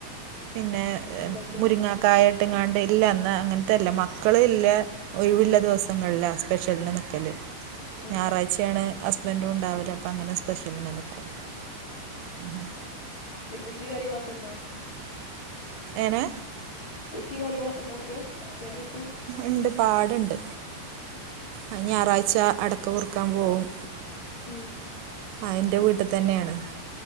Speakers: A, on the right; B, on the left.
A: പിന്നെ
B: വെള്ളിയാഴ്ച
A: മുരിങ്ങാക്കായട്ട്
B: ബീഫ് ഉം
A: ങ്ങാണ്ടെ ഇല്ല ന്ന് അങ്ങൻത്തെല്ല മക്കള് ഇല്ല ഒഴിവിള്ള ദിവസങ്ങളില സ്പെഷ്യല്ന് നിക്കല്.
B: ആഹ്
A: ഞായറാഴ്ചയാണ് ഹസ്ബൻറും ഉണ്ടാവല് അപ്പ അങ്ങനെ സ്പെഷ്യല്ന് നിക്കും. അഹ്
B: ബിഷി കാര്യങ്ങളൊക്കെണ്ടോ
A: ഏനെ
B: കൃഷി കാര്യങ്ങളൊക്കെ ഉണ്ട ങ്‌ക്ക്? ചെടിയൊക്കെ
A: ഇണ്ട് പാടണ്ട് അയിന് ഞായറാഴ്ച അടക്ക പെറുക്കാൻ പോകും.
B: ഉം
A: അഹ് ൻ്റെ വീട്ടിതന്നെയാണ്.